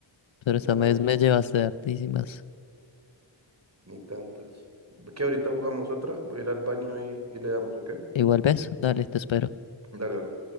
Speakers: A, on the left; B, on the right.
A: Pero esta
B: gana
A: vez me llevaste hartísimas.
B: ni tantas. Que ahorita jugamos otra. Voy a ir al baño y, y le damos, ¿ok?
A: Igual ves, dale, te espero.
B: Dale, bro.